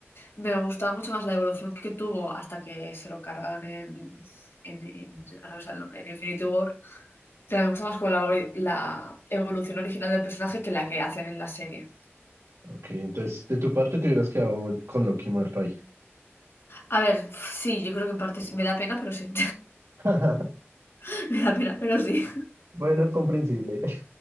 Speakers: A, on the left; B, on the right.
A: me gustaba mucho más la evolución que tuvo hasta que se lo cargan en, en, en- ahora no me el nombre, en Infinity War. Pero me gusta más con la, ori- la evolución original del personaje que la que hacen en la serie.
B: Ok, entonces de tu parte te hubieras quedado con Loki muerto ahí.
A: A ver, sí, yo creo que en parte sí. me da pena, pero sí.
B: <laughs>
A: <laughs> Me da pena, pero sí.
B: Bueno, comprensible.